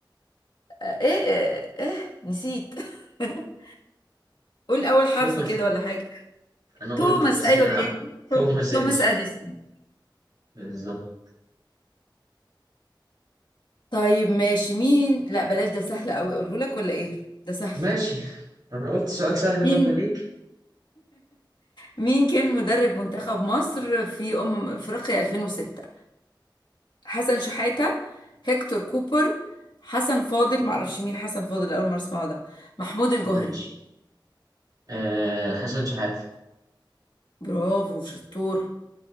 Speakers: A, on the left; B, on the right.
A: آه، ايه ايه, إيه؟ نسيت <laughs> قول اول حرف
B: توماس
A: كده ولا حاجه
B: أنا
A: توماس
B: قلته بس
A: ايوه
B: أه.
A: يعني توم-
B: توماس إديسون
A: توماس اديسون
B: بالظبط
A: طيب ماشي مين لا بلاش ده سهل قوي اقوله لك ولا ايه ده سهل
B: ماشي أنا قلت سؤال سهل
A: مين
B: برضو ليك
A: مين كان مدرب منتخب مصر في أمم أفريقيا 2006 حسن شحاتة هيكتور كوبر حسن فاضل معرفش مين حسن فاضل أول مرة أسمعه ده محمود الجوهري
B: ماشي أه حسن شحاتة
A: برافو شطور